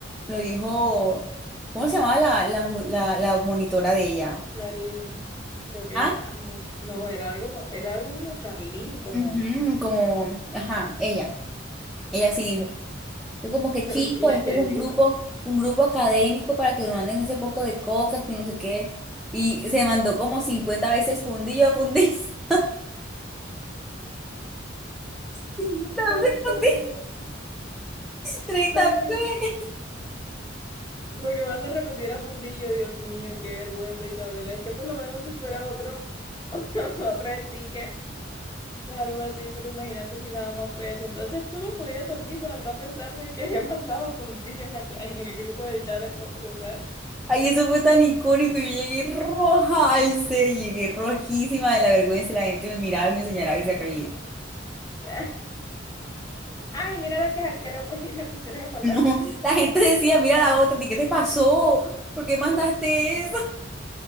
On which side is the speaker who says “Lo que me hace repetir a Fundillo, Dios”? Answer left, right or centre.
Left